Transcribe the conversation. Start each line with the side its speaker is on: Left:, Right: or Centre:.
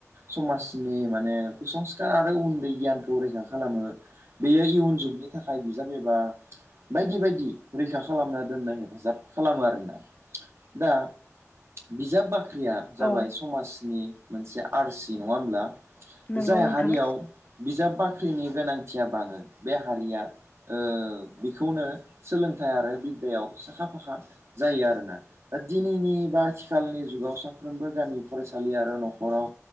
Right: समाजनि माने संस्कार आरो उन्दै गियानखौ रैखा खालामो बेयो इयुन जुगनि थाखाय बिजाब एबा बायदि बायदि रैखा खालामना दोननाय हेफाजाब खालामो आरोना दा बि जाब बाख <unintelligible> ख्रिया जाबाय
Left: औ
Right: समाजनि। मोनसे आरसि नङा होनोमब्ला?
Left: नंगौ
Right: जाय
Left: नोंथां
Right: हारियाव बिजाब बाख्रिनि गोनांथिया बाङो बे हारिया ओ बेखौनो सोलोंथाइ आरो बिद्दायाव साखा फाखा जायो आरोना दा दिनैनि बारथि खालनि जुगाव साफ्रोमबो गामि फरायसालि आरो नखराव